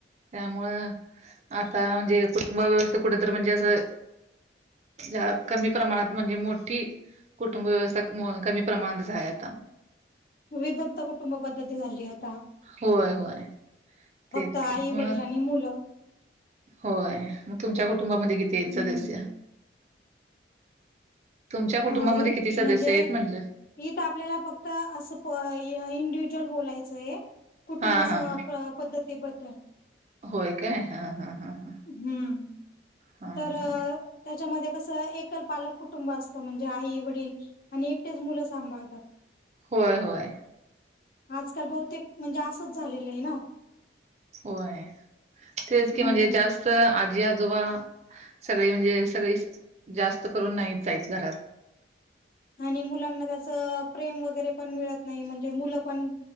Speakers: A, on the right (about 35°); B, on the left (about 50°).
A: त्यामुळ आता म्हणजे कुटुंब व्यवस्था कुठ तर म्हणजे असं ज्या कमी प्रमाणात म्हणजे मोठी कुटुंब व्यवस्था कमी प्रमाणात दिसाय आता
B: विभक्त कुटुंब पद्धती झालीय आता.
A: होय होय.
B: फक्त
A: तेच
B: आई
A: की म
B: वडील आणि मुलं
A: होय. मग तुमच्या कुटुंबामध्ये किती
B: हम्म
A: आहेत सदस्य? तुमच्या कुटुंबामध्ये
B: हा
A: किती सदस्य
B: म्हणजे
A: आहेत म्हणलं?
B: इथ आपल्याला फक्त असं प इंडिव्हीज्युअल बोलायचाय हाय. कुटुंबसह
A: हा हा
B: पद्धतीबद्दल.
A: होय काय? हा हा हा हा.
B: हम्म.
A: हा
B: तर
A: हा.
B: त्याच्यामध्ये कसं एकलपालक कुटुंब असतं म्हणजे आई, वडील आणि एकटेच मुलं सांभाळतात.
A: होय होय.
B: आजकाल बहुतेक म्हणजे असंच झालेलं आहे ना.
A: होय. तेचं
B: हम्म
A: की म्हणजे जास् च आजी, आजोबा सगळी म्हणजे सगळी जास्त करून नाहीचं आहेत घरात.
B: आणि मुलांना त्याच प्रेम वगैरे पण मिळतं नाही म्हणजे मुलं पण